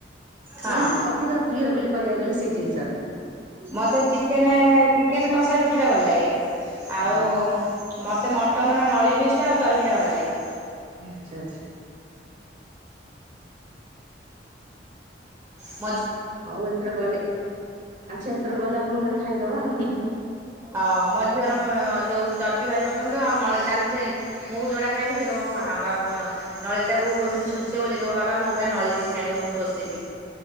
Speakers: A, on the right (about 15°); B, on the right (about 45°).
A: ହଁ
B: ମାନେ ଅଧିକ ପ୍ରିୟ ବୋଲି କହିବାକୁ ଗଲେ ସେଇ ଜିନିଷଟା।
A: ମତେ ଚିକେନ ଚିକେନ କଷା ରୁଟିଟା ଭଲ ଲାଗେ।
B: ହୁଁ
A: ଆଉ ମୋତେ ମଟନର ନଳିପିସ୍ଟା ଆଉ ଚର୍ବିଟା ଭଲ ଲାଗେ।
B: ଆଛା ଆଛା।
A: ହଁ।
B: ହଉ ଏଥର ଗଲେ ଆଚ୍ଛା ଏଥର ଗଲେ ଆପଣଙ୍କ ଘରେ ଖାଇଦବା ଆଉ।
A: ହଉ ମୋ ଝିଅର ଯୋଉ ଚର୍ବି ଭାରି ପସନ୍ଦ ଆଉ ନଳି ତାର ବି ସେ ମୁଁ ଯୋଉଟା ଖାଇବି ସେ କହିଁବ <unintelligible> ନଳୀ ଟାକୁ ଏମିତି ଶୋଷିବ ବୋଲି କହିବ ବାବା ମୋ ପାଇଁ ନଳିପିଶ ଆଣିବ ମୁଁ ଶୋଷିମି।